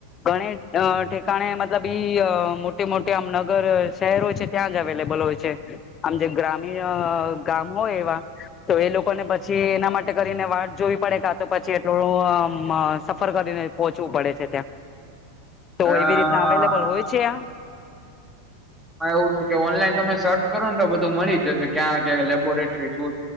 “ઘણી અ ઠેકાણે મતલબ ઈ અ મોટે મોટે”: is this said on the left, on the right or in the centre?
Left